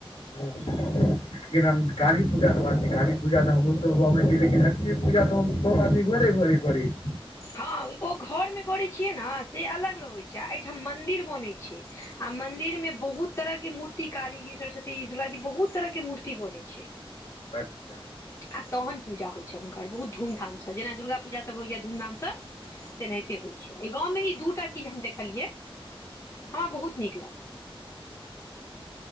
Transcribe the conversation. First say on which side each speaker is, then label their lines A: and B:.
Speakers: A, on the left; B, on the left.
A: ह जेना काली पूजा त बात छै काली पूजा तऽ हमरोसभ हु छै लेकिन ल <unintelligible> ई पूजा त सब आदमी घर घर करे छै।
B: हँ ओ घर मे करै छियै ने से अलग रहैत छै आ एहिठाम मन्दिर बनैत छै। आ मन्दिर मे बहुत तरह के मूर्ति काली जी सरस्वती जी दुर्गा जी बहुत तरह के मूर्ति बनै छै।
A: <unintelligible>
B: आ तहन पूजा होइ छ हुनकर बहुत धूधाम से जेना दुर्गापुजा सब होइया धूध धाम से। तेनाहिते होइत छै एहि गाँवमे ई दूटा चीज हम देखलियै हमरा बहुत नीक लागल।